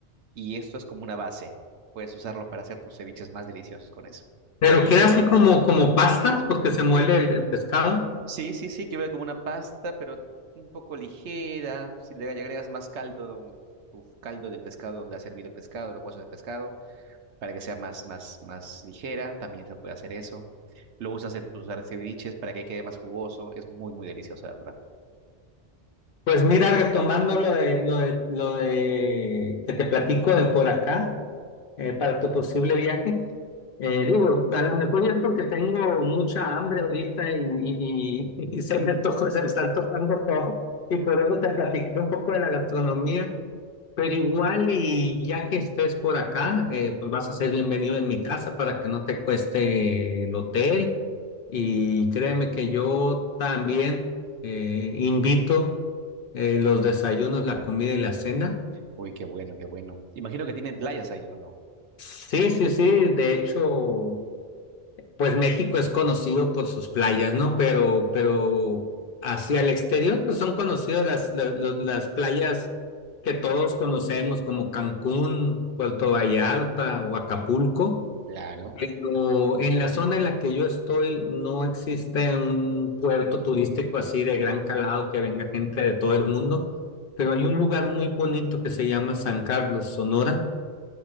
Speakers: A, on the right; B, on the left.
A: Y esto es como una base. Puedes usarlo para hacer tus ceviches más deliciosos con eso.
B: Pero
A: También.
B: queda así como, como pastas porque se muele el, el pescado.
A: Sí, sí, sí, que ve como una pasta, pero un poco ligera. Si le agregas más caldo, tu caldo del pescado donde ha servido el pescado, los huesos de pescado, para que sea más, más, más ligera, también se puede hacer eso. Lo usas en tus ceviches para que quede más jugoso. Es muy, muy delicioso, la verdad.
B: Pues mira, retomando lo de, lo de, lo de que te platico de por acá. eh, para tu posible viaje. Eh, digo, a lo mejor es porque tengo mucha hambre ahorita y, y, y- <laughs> y se me antojó, se me está antojando todo. Y por eso te platiqué un poco de la gastronomía. Pero igual, y ya que estés por acá, eh, pues vas a ser bienvenido en mi casa para que no te cueste el hotel. Y créeme que yo también eh, invito eh, los desayunos, la comida y la cena.
A: Uy, qué bueno, qué bueno. Imagino que tienen playas ahí, ¿o no?
B: Sí, sí, sí. De hecho. pues México es conocido por sus playas, ¿no? Pero, pero hacia el exterior, pues son conocidas las, las, los- las playas que todos conocemos, como Cancún, Puerto Vallarta o Acapulco.
A: Claro.
B: Pero en la zona en la que yo estoy no existe un puerto turístico así de gran calado que venga gente de todo el mundo, pero hay un lugar muy bonito que se llama San Carlos, Sonora